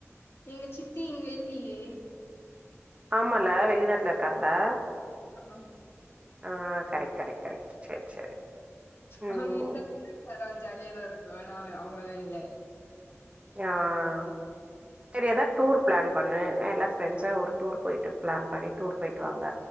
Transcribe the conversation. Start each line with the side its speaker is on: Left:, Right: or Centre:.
Left: எங்க சித்தி இங்க இல்லியே
Right: ஆமால வெளிநாட்டுல இருக் காங்கங்ளா
Left: ஆமா
Right: ஆஹ் கரெக்ட் கரெக்ட் கரெக்ட் சரி சரி ம்
Left: அவங்க <unintelligible> ஜாலியா தா இருக்கு நா அவங்களதா இல்ல
Right: ஆஹ் செரி ஏதா டூர் பிளான் பண்ணு எல்லா ஃப்ரெண்ட்ஸு ஒரு டூர் போயிட்டு பிளான் பண்ணி டூர் போயிட்டு வாங்க